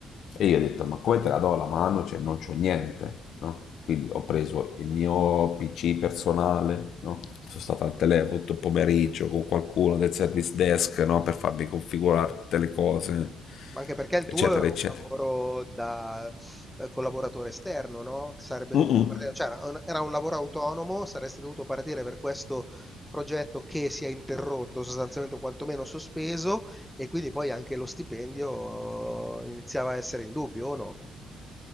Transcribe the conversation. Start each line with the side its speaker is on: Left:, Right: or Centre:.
Left: E io ho detto, ma come te la do la mano? Cioè, non c'ho niente, no? Quindi ho preso il mio PC personale, no? sono stato al telefono tutto il pomeriggio con qualcuno del service desk no? per farmi configurare tutte le cose
Centre: Ma anche perché il
Left: eccetera,
Centre: tuo era
Left: eccetera.
Centre: un lavoro da eh, collaboratore esterno, no? Sarebbe
Left: Mm-mm.
Centre: dovuto partire- cioè, era un era un lavoro autonomo, saresti dovuto partire per questo progetto che si è interrotto, sostanzialmente o quantomeno sospeso, e quindi poi anche lo stipendio iniziava a essere in dubbio, o no?